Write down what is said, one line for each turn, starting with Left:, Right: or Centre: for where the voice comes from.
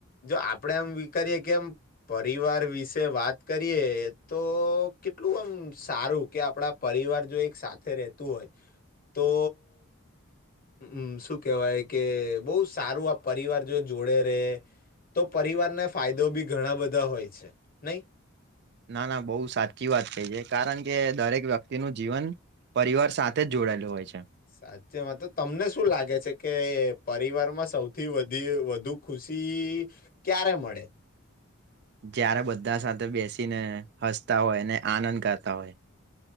Left: જો આપડે આમ કરીએ કે એમ પરિવાર વિશે વાત ક રીએ તો કેટલું આમ સારું કે આપડા પરિવાર જો એક સાથે રેતું હોય તો હમ શું કેવાય કે બો સારું આ પરિવાર જો જોડે રે તો પરિવારને ફાયદો બી ઘણા બધા હોય છે નઈ
Right: ના ના બોવ સાચી વાત કઈ છે કારણ કે દરેક વ્યક્તિનું જીવન પરિવાર સાથે જ જોડાયેલું હોય છે
Left: સાચેમાં તો તમને શું લાગે છે કે પરિવારમાં સૌથી વધી વધુ ખુશ છી ક્યારે મળે?
Right: જ્યારે બધા સાથે બેસીને હસતા હોય ને આનંદ કરતા હોય.